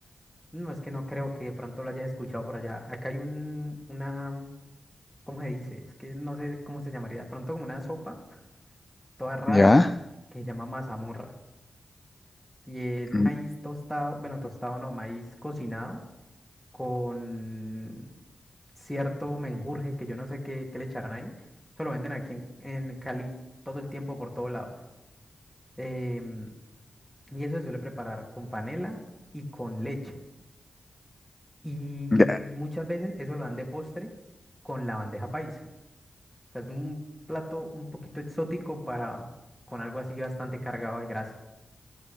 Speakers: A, in the centre; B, on the left (about 25°).
A: no, es que no creo que de pronto lo hayas escuchado por allá. Acá hay un, una, mm, ¿cómo se dice? Es que no sé cómo se llamaría. De pronto como una sopa toda rara
B: ¿Ya?
A: que se llama mazamorra. Y es maíz
B: Mm,
A: tostado, bueno, tostado no, maíz cocinado con cierto menjurje que yo no sé qué, qué le echarán ahí. Eso lo venden aquí en, en Cali todo el tiempo, por todo lado. Em, y eso se suele preparar con panela y con leche. Y
B: ya.
A: muchas veces eso lo dan de postre con la bandeja paisa. O sea, es un plato un poquito exótico para con algo así bastante cargado de grasa.